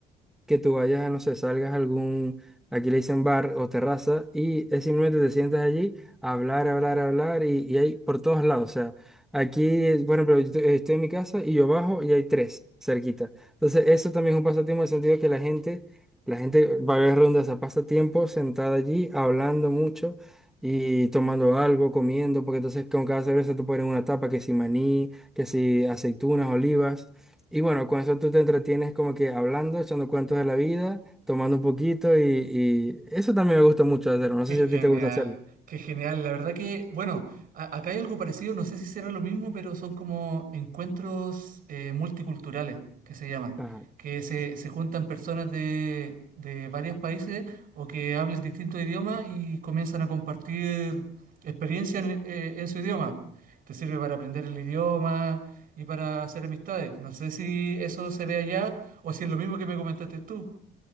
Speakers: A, in the centre; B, on the right.
A: que tú vayas, no sé, salgas a algún, aquí le dicen bar o terraza, y es simplemente te sientas allí a hablar, hablar, hablar, y, y hay por todos lados. O sea, aquí, eh, por ejemplo, yo estoy estoy en mi casa y yo bajo y hay tres cerquita. Entonces, eso también es un pasatiempo en el sentido de que la gente, la gente va a ver rondas a pasatiempo sentada allí, hablando mucho. Y tomando algo, comiendo, porque entonces con cada cerveza tú pones una tapa, que si maní, que si aceitunas, olivas. Y bueno, con eso tú te entretienes como que hablando, echando cuentos de la vida, tomando un poquito y, y eso también me gusta mucho hacerlo. No
B: Qué
A: sé si
B: genial,
A: a ti te gusta hacerlo.
B: qué genial. La verdad que, bueno, a- acá hay algo parecido, no sé si será lo mismo, pero son como encuentros eh, multiculturales que se llaman,
A: Ajá.
B: que se, se juntan personas de, de varios países o que hablen distintos idiomas y comienzan a compartir experiencias en, eh, en su idioma. Te sirve para aprender el idioma y para hacer amistades. No sé si eso se ve allá o si es lo mismo que me comentaste tú.